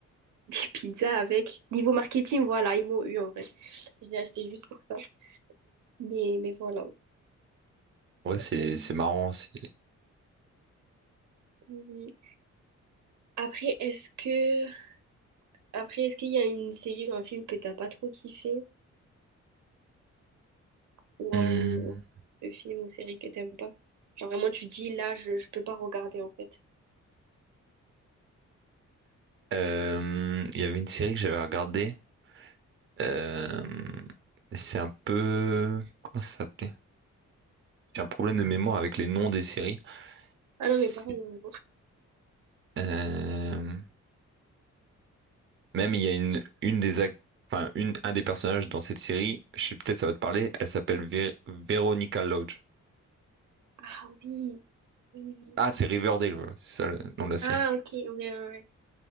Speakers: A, on the right; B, on the right.
A: des pizzas avec. Niveau marketing, voilà, ils m'ont eu en vrai. Je l'ai acheté juste pour ça. Mais, mais voilà.
B: Ouais, c'est
A: Euh,
B: c'est marrant, c'est...
A: oui. Après, est-ce que après, est-ce qu'il y a une série ou un film que t'as pas trop kiffé? Ou
B: Hmm.
A: un, ou un film ou série que t'aimes pas? Genre vraiment tu dis là je, je peux pas regarder en fait.
B: Euh, Il y avait une série que j'avais regardée. euh, c'est un peu... Comment ça s'appelait? J'ai un problème de mémoire avec les noms des séries.
A: Ah
B: C'est-
A: non mais pareil. hein.
B: euh, Même il y a une, une des ac- enfin, une, un des personnages dans cette série, je sais peut-être ça va te parler, elle s'appelle Vé- Veronica Lodge.
A: Ah oui, oui, oui.
B: Ah, c'est Riverdale, voilà, c'est ça le nom de la série.
A: Ah ok, ouais, ouais, ouais.